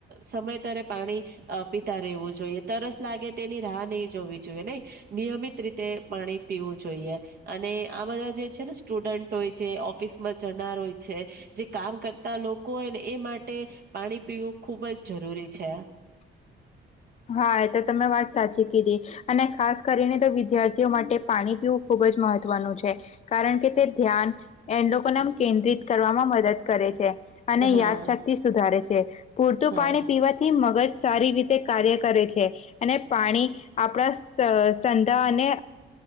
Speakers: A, on the right (about 50°); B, on the left (about 35°).
A: સમય તરે પાણી પીતા રહેવું જોઈએ તરસ લાગે તેની રાહ નહી જોવી જોઈએ નહી. નિયમિત રીતે પાણી પીવું જોઈએ અને આ બધા જે છે ને સ્ટુડન્ટો જે ઓફિસમાં જનાર હોય છે જે કામ કરતા લોકો હોય ને એ માટે પાણી પીવું ખૂબ જ જરૂરી છે.
B: હા એ તો તમે વાત સાચી કીધી અને ખાસ કરીને તો વિદ્યાર્થીઓ માટે પાણી પીવું ખૂબ જ મહત્વનું છે કારણ કે તે ધ્યાન એ લોકોને કેન્દ્રિત કરવામાં મદદ કરે છે. અને
A: હા
B: યાદશક્તિ સુધારે છે પૂરતું
A: હા
B: પાણી પીવાથી મગજ સારી રીતે કાર્ય કરે છે અને પાણી આપણા સંધા અને